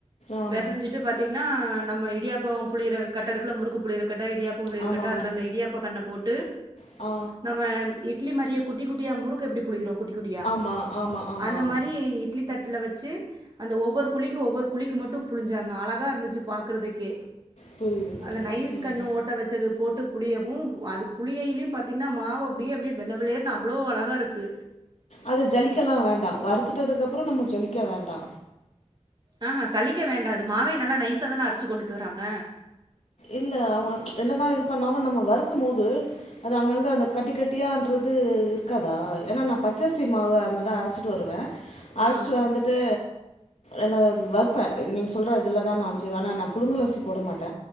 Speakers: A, on the left; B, on the right.
A: ஆம்
B: பெசஞ்சிட்டு பாத்தீங்னா நம்ம இடியாப்போம் புழியிற கட்ட இருக்குல்ல முறுக்கு புளியிர கட்ட இடியாப்பம் புளியுர
A: ஆமா
B: கட்டா
A: ஆமா
B: அதுல இந்த இடியாப்பா கன்ன போட்டு
A: ஆ
B: நம்ம இட்லி மாரியே குட்டி குட்டியா முறுக்கு எப்புடி புழியிறோ குட்டி குட்டியா
A: ஆமா ஆமா ஆமா
B: அந்த மாரி இட்லி தட்டுல வெச்சு அந்த ஒவ்வொரு குழிக்கு ஒவ்வொரு குழிக்கு மட்டு புழுஞ்சாங்க அழகா இருந்துச்சு பாக்கெறதுக்கே
A: புரியுது புரியுது
B: அந்த நைஸ்
A: ம்
B: கண்ணு ஓட் பட்ட வெச்சது போட்டு புழியவு அது புழியைலயு பாத்தீங்கன்னா மாவு அப்பிடியே அப்பிடியே வெள்ள வெளேர்ன்னு அவ்ளோ அழகா இருக்கு
A: அது ஜலிக்க எல்லா வேண்டா வறுத்துட்டுக்கு அப்பறொம் நம்ம ஜெலிக்க வேண்டா
B: ஆஹா சலிக்க வேண்டா மாவே நல்லா நைஸா தான அரச்சு கொண்டுட்டு வராங்க
A: இல்ல அவ்ங்க என்னதா இது பண்ணாலு நம்ம வறுக்கும் போது அது அங்கங்க அந்த கட்டி கட்டியான்றது இருக்காதா எனா நா பச்சரிசி மாவு அன்னதா அரச்சு ட்டு வருவ அர்ச்சுட்டு
B: ஆ
A: வந்துட்டு என வறுப்பே நீங்க சொல்ற இதுலதா நான் செய்வே ஆனா நா புழுங்குல் அரிசி போட மாட்ட